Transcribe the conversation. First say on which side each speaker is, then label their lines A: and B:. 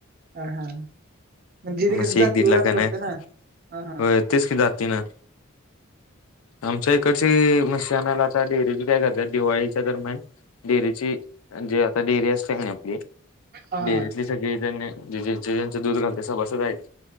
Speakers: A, on the right; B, on the left.
A: हा म्हणजे इथे
B: म्हशी
A: कस जातीवर
B: एक दीड लाखाने
A: असते वाटत
B: आहेत
A: ना. आ
B: होय तेच की जाती न आमच्या इकडची म्हशी आणायला आता डेअरी बी काय करत्यात दिवाळीच्या दरम्यान डेअरीची जे आता डेअरी असते का आपली.
A: हा
B: डेअरीतली सगळी जन जे जे ज्यांच दूध घालते सभासद आहेत.